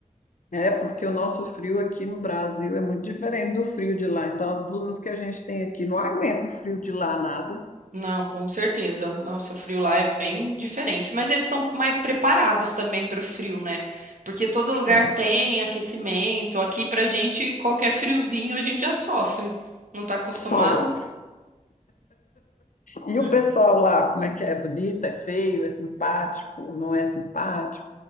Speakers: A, on the left; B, on the right.
A: É, porque o nosso frio aqui no Brasil é muito diferente do frio de lá. Então, as blusas que a gente tem aqui não aguenta o frio de lá nada.
B: Não, com certeza. Nossa, o frio lá é bem diferente. Mas eles estão mais preparados também para o frio, né? Porque todo lugar
A: É,
B: tem aquecimento. Aqui, pra gente, qualquer friozinho a gente já sofre. Não tá acostumado?
A: sofre. E
B: É.
A: o pessoal lá, como é que é? É Bonito, é feio, é simpático, não é simpático?